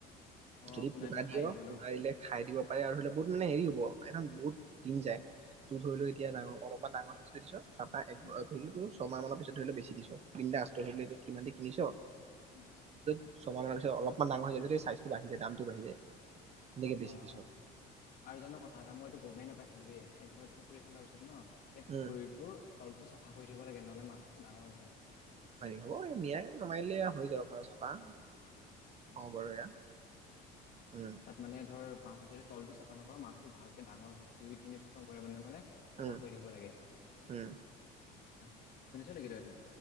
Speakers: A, on the left (about 50°); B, on the right (about 35°).
A: অ',
B: যদি পোনা
A: দিলে খাই
B: দিয়,
A: দিব
B: পোনা
A: ন?
B: দিলে খাই দিব পাৰে আৰু ধৰি ল বহুত মানে হেৰি এখন বহুত দিন যায় তোৰ ধৰি লৈ এতিয়া ডাঙৰ অলপ ডাঙৰ চাইজটো দিছ তাপা এক
A: উম।
B: আ, ধৰিলো তোৰ ছয় মাহ মানৰ পিছত ধৰি ‌ল বেচি দিছ। বিন্দাছ তই
A: অ',
B: ধৰি ল <unintelligible> কিনিচ
A: উম,
B: <unintelligible> ছমানৰ পিছত অলপমান ডাঙৰ হৈ যায়, চাইজটো বাঢ়ি যায়, দামটো বাঢ়ি যায়। তেনেকে
A: অ',
B: বেছি
A: অ',
B: দিছ
A: আৰু জান ক থা এটা মইতো গমে নাপাইছিলো বে, একবাৰ পুখুৰী খান্দাৰ পিছত ন সেই পুখুৰীটো
B: উম।
A: তলতো চাফা কৰি থাক গে নহ'লে মাছো ডাঙৰ নহয়।
B: হ'ব মিয়াই <unintelligible> হৈ যাব পাৰ চফা অ', বাৰু এয়া উম
A: তাত মানে ধৰ মাছ যদ তলটো চাফা নকৰ, মাছটো ভালকে ডাঙৰ হয়, দুই তিনিবছৰ মূৰে, মূৰে মানে চাফা
B: উম
A: কৰি থাকিব লাগে।
B: উম
A: অ', শুনিছ নেকি তই এইটো?